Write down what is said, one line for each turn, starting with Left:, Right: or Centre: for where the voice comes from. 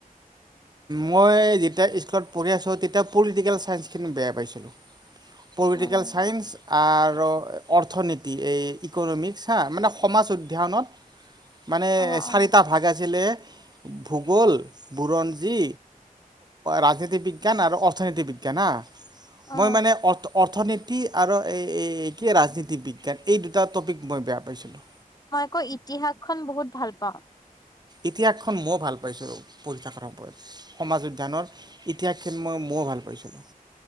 Right: মই যেতিয়া স্কুলত পঢ়ি আছোঁ, তেতিয়া পলিটিকেল চাইন্সখিনি বেয়া পাইছিলোঁ। পলিটিকেল
Left: উম
Right: চাইন্স আৰু অৰ্থনীতি, এই ইকনমিক্স হা মানে সমাজ অধ্যয়নত মানে
Left: অ
Right: চাৰিটা
Left: অ
Right: ভাগ আছিলে ভূগোল বুৰঞ্জী, ৰাজনীতি বিজ্ঞান আৰু অৰ্থনীতি বিজ্ঞান হা
Left: অ
Right: মই মানে অ-অৰ্থনীতি কি আৰু এই কি ৰাজনীতি বিজ্ঞান এই দুটা টপিক মই বেয়া পাইছিলোঁ
Left: মই আকৌ ইতিহাসখন বহুত ভাল পাওঁ
Right: ইতিহাসখন মই ভাল পাইছো পঢ়ি থাকাৰ ওপৰত সমাজ উদ্যানৰ ইতিহাস হুন ম মও ভাল পাইছিলোঁ